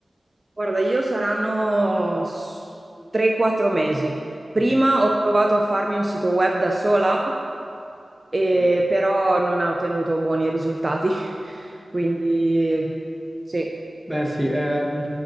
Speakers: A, on the right; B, in the centre.
A: Guarda, io saranno s- 3-4 mesi. Prima
B: Mm.
A: ho provato a farmi un sito web da sola, e
B: certo.
A: però non ho ottenuto buoni risultati. <laughs> Quindi sì,
B: Beh sì, ehm,